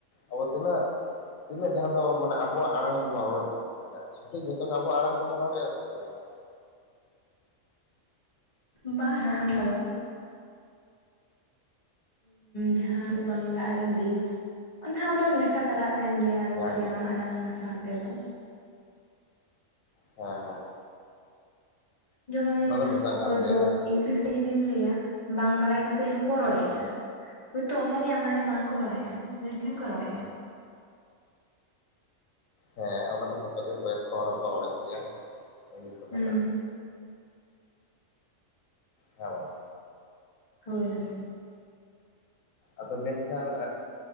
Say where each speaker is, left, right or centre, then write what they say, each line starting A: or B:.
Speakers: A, on the left; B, on the left.
A: ᱟᱵᱚ ᱛᱤᱱᱟᱹᱜ ᱛᱤᱱᱟᱹᱜ ᱡᱟᱦᱟ ᱫᱚ ᱢᱟᱱᱮ ᱟᱵᱚᱣᱟᱜ ᱟᱲᱟᱝ ᱛᱮ ᱵᱚᱱ ᱨᱚᱲ ᱫᱟ? ᱢᱟᱱᱮ ᱥᱚᱴᱷᱤᱠ ᱡᱷᱚᱛᱚ ᱜᱮ ᱟᱵᱚᱣᱟᱜ ᱟᱲᱟᱝ ᱛᱮᱵᱚᱱ ᱨᱚᱲᱮᱜ-ᱟ ᱥᱮ ᱪᱮᱫ ᱞᱮᱠᱟ?
B: ᱵᱟᱝ ᱦᱟᱜ ᱚᱱᱟ ᱫᱚ᱾ ᱡᱟᱦᱟ ᱵᱟᱝᱞᱟ ᱟᱨ ᱤᱝᱞᱤᱥ ᱟᱫᱚ ᱦᱟᱸᱜ ᱵᱚᱱ ᱢᱮᱥᱟ ᱛᱚᱨᱟᱜ ᱠᱟᱱ ᱜᱮᱭᱟ ᱟᱵᱚᱣᱟᱜ
A: ᱦᱮᱸ
B: ᱡᱟᱱᱟᱢ
A: ᱦᱮᱸ
B: ᱟᱲᱟᱝ ᱥᱟᱶ ᱛᱮᱫᱚ᱾
A: ᱦᱮᱸ, ᱦᱮᱸ᱾
B: ᱡᱮᱢᱚᱱ
A: ᱚᱱᱟ ᱫᱚ ᱢᱮᱥᱟᱜ
B: ᱚᱠᱚᱭ
A: ᱠᱟᱱ ᱜᱮᱭᱟ
B: ᱫᱚ
A: ᱦᱮᱸ ᱥᱮ
B: ᱤᱝᱞᱤᱥ ᱛᱮ ᱡᱩᱫᱤᱢ ᱞᱟᱹᱭ-ᱟ ᱵᱟᱝ ᱵᱟᱲᱟᱭ ᱠᱟᱛᱮᱫ ᱦᱚᱸ ᱠᱚ ᱨᱚᱲᱮᱜ-ᱟ᱾
A: ᱦᱮᱸ
B: ᱦᱳᱭ ᱛᱚ ᱚᱱᱟ ᱨᱮᱭᱟᱜ ᱢᱟᱱᱮ ᱵᱟᱝ ᱠᱚ ᱵᱟᱲᱟᱭ-ᱟ ᱢᱮᱱᱠᱷᱟᱱ ᱠᱚ ᱨᱚᱲᱮᱜ-ᱟ᱾
A: ᱦᱮᱸ ᱚᱱᱟ ᱫᱚ ᱡᱷᱚᱛᱚ ᱜᱮ ᱵᱚᱭᱚᱥᱠᱚ ᱦᱚᱲ ᱦᱚᱸᱠᱚ ᱨᱚᱲ ᱮᱫ ᱜᱮᱭᱟ ᱤᱝᱞᱤᱥ ᱠᱟᱛᱷᱟ
B: ᱦᱩᱸ
A: ᱴᱟᱜ᱾ ᱦᱮᱸ ᱵᱟᱝ᱾
B: ᱦᱳᱭ, ᱦᱳᱭ᱾
A: ᱟᱫᱚ ᱢᱮᱱᱠᱷᱟᱱ